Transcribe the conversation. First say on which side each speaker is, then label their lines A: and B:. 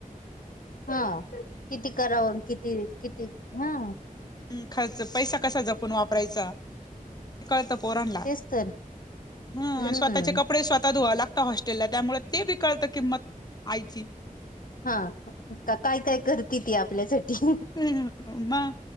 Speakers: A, on the left; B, on the left.
A: हां किती करावं किती किती हं
B: हम् खर्च पैसा कसा जपून वापरायचा. ते कळत पोरांला
A: तेच तर
B: हम
A: हम्म
B: आणि स्वतःचे कपडे स्वतः धुवावी लाग् तात हॉस्टेलला त्यामुळे ते बी कळत किंमत आईची.
A: हां का् काय काय करते ती आपल्यासाठी.
B: म्